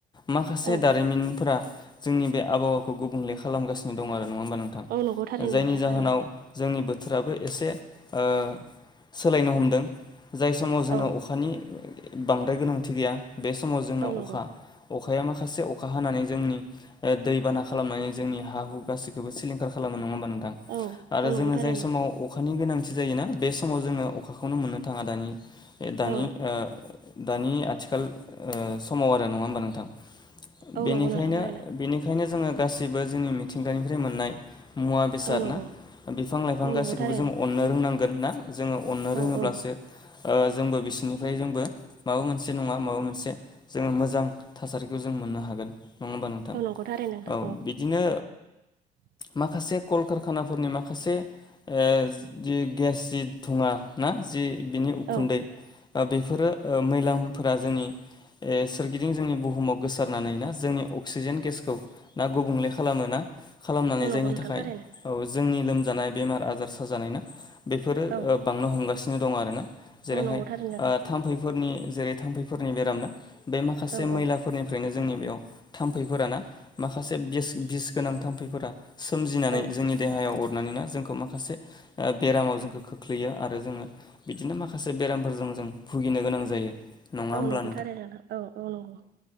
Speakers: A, on the left; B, on the right.
A: माखासे
B: औ
A: दारिमिनफोरा जोंनि बे आबहावाखौ गुबुंले खालामगासिनो दं आरो नङा होमबा नोंथां
B: औ नंगौ थारैनो
A: जायनि
B: नोंथां
A: जाहोनाव
B: थारैनो
A: जोंनि बो आबो एसे ओ सोलायनो हमदों जाय समाव जोंनो
B: औ
A: अखानि बांद्राय गोनांथि गैया बे समाव जोंनो
B: औ नंगौ
A: अखा अखा अखाया माखासे अखा हानानै जोंनि दैबाना खालामनानै जोंनि हा हु गासिखौबो सिलिंखार खालामो नङा होमबा नोंथां
B: औ
A: आरो
B: औ नंगौ
A: जोंनो
B: थारैनो
A: जाय समाव अखा अखानि गोनांथि जायोना बे समाव जोङो अखाखौनो मोननो थाङा दानि दानि
B: औ
A: ओ दानि आथिखाल समाव आरो नङा होमबा नोंथां
B: औ
A: बेनिखायनो
B: नंगौ नोंथां थारैनो
A: बेनिखायनो जोङो गासैबो जोंनि मिथिंगानिफ्राय मोननाय मुवा बेसाद
B: औ नंगौ
A: ना बिफां लाइफां
B: औ
A: गासैखौबो
B: नंगौ थारैनो
A: जों अननो रोंनांगोन ना जोङो अननो
B: औ
A: रोंङोब्लासो
B: औ
A: ओ जोंबो बिसोरनिफ्राय जोंबो माबा मोनसे नङा माबा मोनसे जोङो मोजां थासारिखौ जों मोननो हागोन नङा होमबा नोंथां
B: औ नंगौ थारैनो नोंथां
A: औ बिदिनो
B: <inaudible>
A: माखासे कलकारखानाफोरनि माखासे ओ जि गेसनि दुङा ना जि बिनि उखुन्दै
B: औ
A: बेफोरो मैलामफोरा जोंनि ए सोरगिदिं जोंनि बुहुमाव गोसारनानै ना जोंनि अक्सिजेन गेसखौ ना गुबुंले खालामो ना खालामनानै
B: औ नंगौ
A: जायनि
B: नोंथां
A: थाखाय
B: थारैनो
A: औ जोंनि लोमजानाय बेमार आजार साजानायना बेफोरो
B: औ
A: बांनो हमगासिनो दं आरोना जेरैहाय
B: औ नंगौ थारैनो नोंथां
A: थामफैफोरनि जेरै थाम्फैफोरनि बेराम ना बे माखासे
B: औ
A: मैलाफोरनिफ्रायनो
B: औ
A: जोंनि बेयाव थाम्फैफोर ना माखासे बिस बिस गोनां थाम्फैफोरा सोमजिनानै
B: औ
A: जोंनि देहायाव अ मानोना जों माखासे बेरामाव जोंखौ खोख्लैयो आरो जोङो बिदिनो माखासे बेरामफोर जों जों भुगिनो गोनां जायो नङा
B: औ
A: होमब्ला
B: नंगौ थारैनो नोंथां औ औ नंगौ